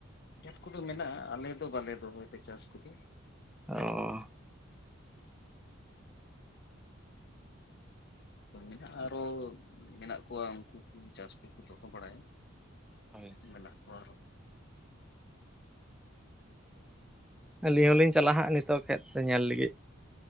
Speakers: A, on the left; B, in the centre.
A: ᱠᱷᱮᱛ ᱠᱚᱫᱚ ᱢᱮᱱᱟᱜᱼᱟ ᱟᱞᱮ ᱫᱚ ᱵᱟᱞᱮ ᱫᱚᱦᱚᱭ ᱫᱟᱜ ᱪᱟᱥ ᱠᱚᱫᱚ᱾
B: ᱚ᱾
A: ᱢᱮᱱᱟᱜᱼᱟ ᱟᱨᱚ ᱢᱮᱱᱟᱜ ᱠᱚᱣᱟ ᱩᱱᱠᱩ ᱠᱚ ᱪᱟᱥ ᱠᱚ ᱠᱚ ᱫᱚᱦᱚ ᱵᱟᱲᱟᱭᱟ᱾
B: ᱦᱳᱭ
A: ᱢᱮᱱᱟᱜ ᱠᱚᱣᱟ ᱟᱨᱚ,
B: ᱟᱹᱞᱤᱧ ᱦᱚ ᱞᱤᱧ ᱪᱟᱞᱟᱜᱼᱟ ᱦᱟᱸᱜ ᱱᱤᱛᱚᱜ ᱠᱷᱮᱛ ᱥᱮᱫ ᱧᱮᱞ ᱞᱟᱹᱜᱤᱫ᱾